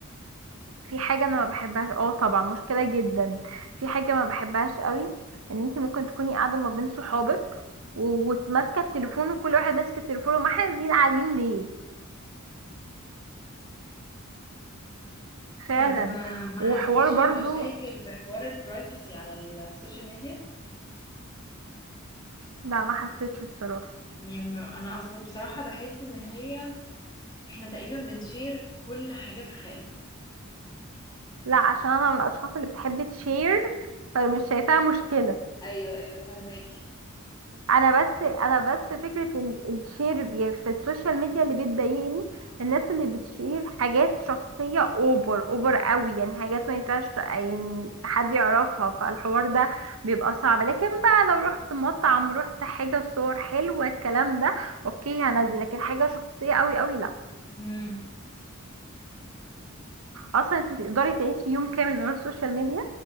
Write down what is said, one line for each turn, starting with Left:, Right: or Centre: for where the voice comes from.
Right: في حاجة انا ما بحبهاش اه طبعا مشكلة جدا في حاجة ما بحبهاش قوي ان انت ممكن تكوني قاعدة ما بين صحابك و- وماسكة التليفون وكل واحد ماسك التليفون وما احنا قاعدين قاعدين ليه فعلا
Left: طب آه، ما
Right: وحوار
Left: حسيتيش
Right: برضو
Left: بمشاكل في حوار البرايفسي على السوشيال ميديا
Right: لا ما حسيتش الصراحة
Left: يعني انا اصلا بصراحة بحس ان هي احنا تقريبا بنشير كل حاجة في حياتنا
Right: لا عشان انا من الاشخاص اللي بتحب تشير فمش شايفاها مشكلة
Left: ايوه ايوه فاهماكي
Right: انا بس انا بس فكره ال- الشير بي- في السوشيال ميديا اللي بتضايقني الناس اللي بتشير حاجات شخصيه اوفر اوفر قوي يعني حاجات ما ينفعش ت- يعني حد يعرفها فالحوار ده بيبقى صعب لكن بقى لو رحت مطعم رحت حاجه صور حلوه الكلام ده اوكي هنزل لكن حاجه شخصيه قوي قوي لا
Left: امم
Right: اصلا انت تقدري تعيشي يوم كامل من غير السوشيال ميديا